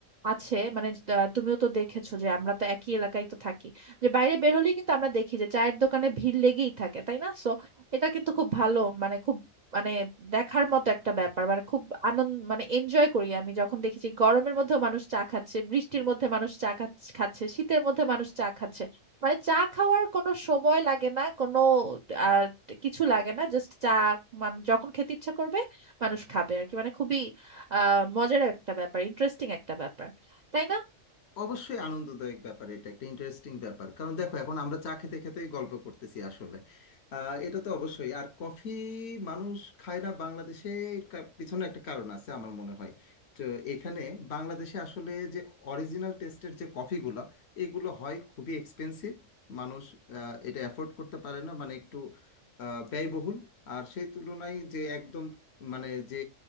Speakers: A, on the right (about 55°); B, on the left (about 65°).
A: আছে মানে আহ, তুমিও তো দেখেছো যে আমরা তো একই এলাকায় তো থাকি যে বাইরে বের হলেই কিন্তু আমরা দেখি যে চায়ের দোকানে ভিড় লেগেই থাকে তাই না সো এটা কিন্তু খুব ভালো মানে খুব মানে দেখার মতো একটা ব্যাপার মানে খুব আনন্দ মানে এনজয় করি আমি যখন দেখেছি গরমের মধ্যে মানুষ চা খাচ্ছে বৃষ্টির মধ্যে মানুষ চা খাচ- খাচ্ছে শীতের মধ্যে মানুষ চা খাচ্ছে মানে চা খাওয়ার কোনো সময় লাগে না কোনো আর কিছু লাগে না জাস্ট চা মানে যখন খেতে ইচ্ছা করবে মানুষ খাবে আর কি মানে খুবই আহ মজার একটা ব্যাপার ইন্টারেস্টিং একটা ব্যাপার তাই না
B: অবশ্যই আনন্দদায়ক ব্যাপার এটা একটা ইন্টারেস্টিং ব্যাপার কারণ দেখো এখন আমরা চা খেতে খেতে গল্প করতেছি আসলে আহ, এটা তো অবশ্যই আর কফি মানুষ খায় না বাংলাদেশে এর কা- পিছনে একটা কারণ আছে আমার মনে হয় তো এখানে বাংলাদেশে আসলে যে অরিজিনাল টেস্টের যে কফিগুলো এগুলো হয় খুবই এক্সপেন্সিভ মানুষ আহ, এটা অ্যাফোর্ড করতে পারে না মানে একটু আহ, ব্যয়বহুল আর সেই তুলনায় যে একদম মানে যে